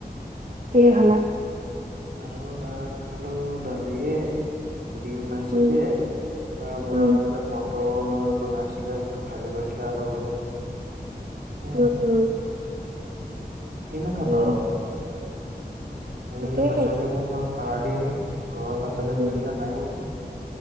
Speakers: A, on the right; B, on the right.
A: কিহে খালা?
B: আৰু ভাত খালোঁ দালিয়ে। ডিম নাছিলে
A: উম
B: তাৰ পৰা
A: উম
B: এনে বটল বনাইছিলে এনেকে ভাজি কৰিছিলে আলুৰ লগত। সেয়াই
A: উম,
B: আৰু
A: উম।
B: কিনো খাবা
A: উম
B: আও আজিকালি
A: তাকেহে
B: পাচলিবিবোৰ হয় সাৰ দিয়াই, ঘৰুৱা পাচলি
A: উম
B: বুলিবলৈ নাইয়েই একো।